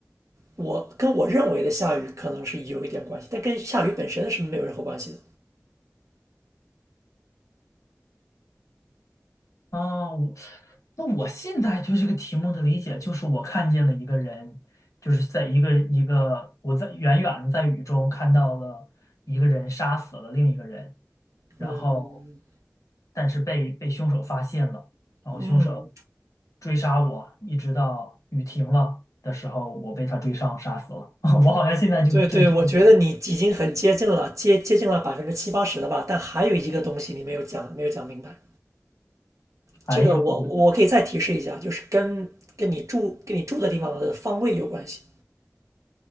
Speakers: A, on the right; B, on the left.
A: 我跟我认为的下雨可能是有一点关系，但跟下雨本身是没有任何关系的。
B: 啊，我那我现在对这个题目的理解就是我看见了一个人，就是在一个一个我在远远的在雨中看到了一个人杀死了另一个人。然后
A: 嗯
B: 但是被被凶手发现了，然后凶手
A: 嗯，
B: 追杀我，一直到雨停了的时候，我被他追上杀死了。<laughs> 我好像现在就这这
A: 对对，我觉得你已经很接近了，接接近了百分之七八十了吧？但还有一个东西你没有讲，没有讲明白。
B: 还有一个
A: 这个我我可以再提示一下，就是跟跟你住跟你住的地方的方位有关系，